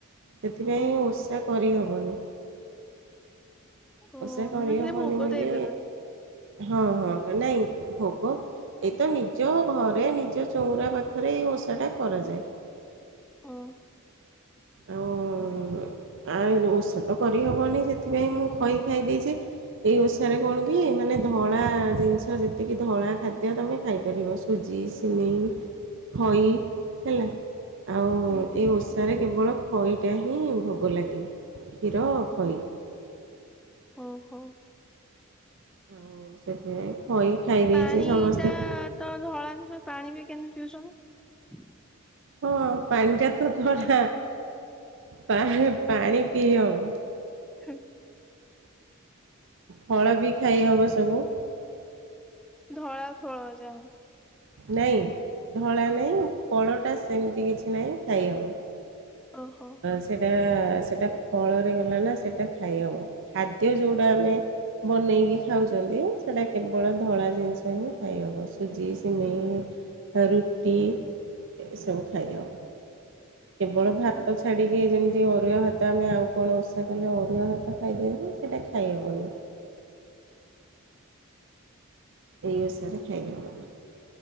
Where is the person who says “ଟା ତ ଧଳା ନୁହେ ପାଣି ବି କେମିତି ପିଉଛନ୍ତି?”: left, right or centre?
Centre